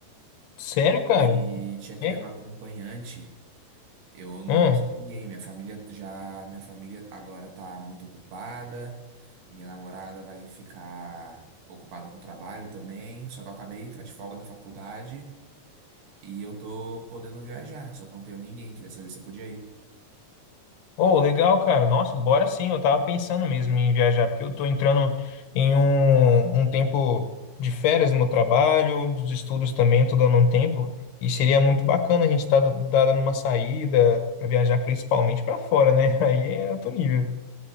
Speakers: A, on the left (about 75°); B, on the right (about 75°).
A: sério, cara?
B: E tinha que
A: E
B: levar acompanhante. Eu não
A: Hum.
B: conheci ninguém. Minha família já, minha família agora tá muito ocupada. Minha namorada vai ficar ocupada com trabalho também. Só que eu acabei de entrar de folga da faculdade e eu tô podendo viajar. Só que eu não tenho ninguém. Queria saber se eu podia ir.
A: Oh, legal, cara. Nossa, bora sim. Eu tava pensando mesmo em viajar, porque eu tô entrando em um, um tempo de férias no meu trabalho, dos estudos também, tô dando um tempo. E seria muito bacana a gente estar tá dando uma saída pra viajar principalmente pra fora, né? <laughs> Aí é outro nível.